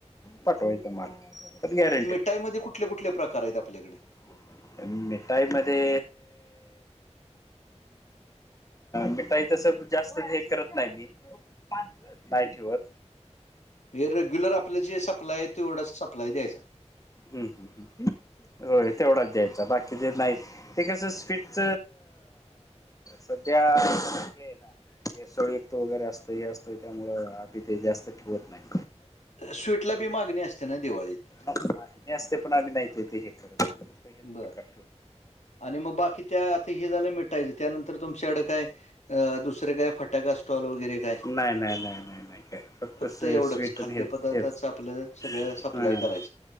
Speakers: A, on the left (about 30°); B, on the left (about 75°).
A: पाटवाय तुम्हांला. तर गॅर
B: मिठाई मध्ये कुठले कुठले प्रकार आहेत आपल्याकड?
A: <inaudible> मिठाईमध्ये- मिठाई तस जास्त हे करत नाही मी, नाही ठेवत.
B: म्हणजे रेग्युलर आपलं जे सप्लाय आहे, तेवढच सप्लाय द्यायचा.
A: हम्म हम्म होय तेवढाच द्यायचा, बाकी ज नाही ते कस स्वीटच, सध्या हे हाय ना भेसळ युक्त वैगरे असतं हे असतंय, त्यामुळ आम्ही ते जास्त ठिवत नाही.
B: स्वीटला बी मागणी असते ना दिवाळीत.
A: मागणी असते पण आम्ही नाही ते हे करत, आम्ही हेच
B: बर
A: प्रकार
B: आणि मग बाकी त्या आता हे झालं मिठायचं. त्यानंतर तुमच्याकडं काय अ -दुसरे काय फटाका स्टॉल वगैरे काय.
A: नाही नाही नाही नाही नाही काय
B: फक्त
A: स्वी
B: एवढंच
A: स्वीट
B: खाद्य
A: आणि हेच
B: पदार्थाच
A: हेच
B: आपलं सगळ
A: हां
B: सप्लाय करायचं.